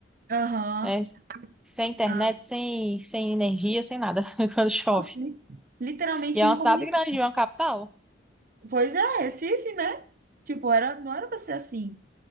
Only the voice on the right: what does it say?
Aham.
Ah,
nossa, li- literalmente
incomunicável.
Pois é, Recife, né? Tipo, era, não era pra ser assim.